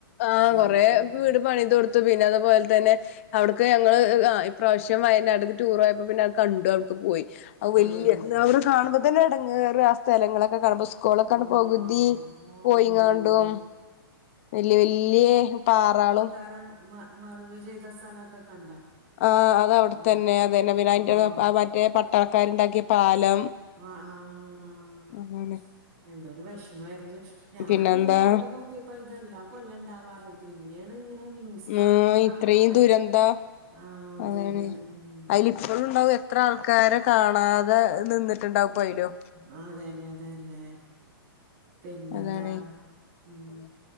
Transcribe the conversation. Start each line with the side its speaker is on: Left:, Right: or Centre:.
Left: ആഹ്
Right: പക്ഷെ
Left: കൊറേ
Right: ഇത്
Left: വീട് പണിത് കൊടുത്തു പിന്നെ അതുപോലെ തന്നെ അവിടുക്ക് ഞങ്ങള് ഇ പ്രാവശ്യം വയനാട്ക്ക് ടൂറോയപ്പോ പിന്നെ കണ്ടു അവിടെക്ക് പോയി അ വല്യ
Right: അതല്ലേ
Left: അവിടെ കാണുമ്പോ തന്നെ എടങ്ങേറ് സ്ഥലങ്ങളൊക്കെ കാണുമ്പോ സ്കൂളൊക്കൊണ്ട്
Right: ആഹ്
Left: പകുതി പോയിങ്ങാണ്ടും
Right: അയ്യോ
Left: വല്യ വല്യ പാറാളും
Right: കാരണം മ മറവ് ചെയ്ത സ്ഥലൊക്കെ കണ്ടാ
Left: ആ അത് അവിടെത്തന്നെ
Right: ആഹ്
Left: അതന്നെ പിന്നെ അന്റെ
Right: ആഹ്
Left: മറ്റേ പട്ടാളക്കാരുണ്ടാക്കിയ പാലം
Right: ആ ആഹ്
Left: അതാണ്
Right: എന്തോരു വിഷമമായിരുന്നല്ലേ ഞാനിങ്ങനെ
Left: പിന്നെന്താ
Right: രാവിലെ നോക്കിയപ്പോ ഇതെല്ലാ കൊല്ലം ഉണ്ടാവാറ് പിന്നേണ് ഇങ്ങനെ ന്യൂസ്
Left: ഉം
Right: കാണുമ്പോ കാണുമ്പോ
Left: ഇത്രയും
Right: ഭയങ്കര
Left: ദുരന്തം
Right: ആഹ് അതെ
Left: അതാണ്
Right: അതെ ഉം
Left: അതില ഇപ്പോഴുണ്ടാവും എത്ര ആൾക്കാരെ കാണ കാണാതെ നിന്നിട്ടുണ്ടാവും പ്പയ്ലും
Right: ആ അതന്നെ അതന്നെ പിന്നെന്താ
Left: അതാണ്
Right: ഉം